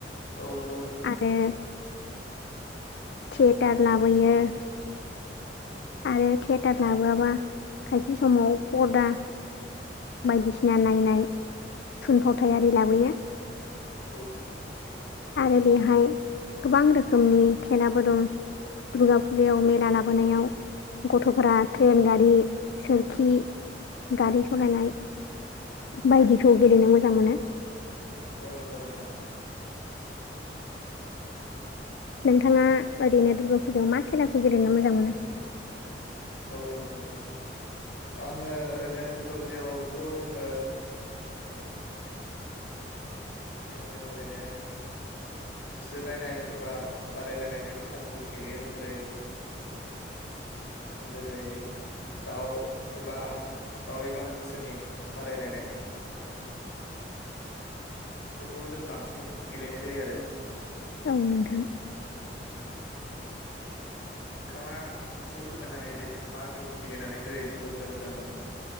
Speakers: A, on the left; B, on the left.
A: औ नंगौ नोंथां
B: आरो थियेटार लाबोयो आरो थियेटार लाबोआबा खायसे समाव पदा बायदिसिना नायनाय थुनफावथायारि लाबोयो
A: औ
B: आरो बेहाय गोबां रोखोमनि खेलाबो दं दुर्गा फुजायाव मेला लाबोनायाव गथ'फोरा ट्रेन गारि सोरखि गारि सालायनाय बायदिखौ गेलेनो मोजां मोनो
A: औ नंगौ नोंथां
B: नोंथाङा ओरैनो दुर्गा फुजायाव मा खेलाखौ गेलेनो मोजां मोनो
A: औ नंगौ नोंथां। आङो ओरैनो दुर्गा बुजायावथ' जोङो आ जों औरैनो होसोलायनाय एबा बादायलायनायजों खेलाखौ गेलेयो जेरै जेरै दाउ एबा दाउ एबा हांसोनि बादायलायनाय बेखौ जों बांसिन गेलेनाय जायो आरो
B: औ नोंथां
A: उम नोंथाङा एसे फोरमायनानै हो दो मा गेमखौ गेलेनानै जेरै दुर्गा फुजायाव मोजां मोनो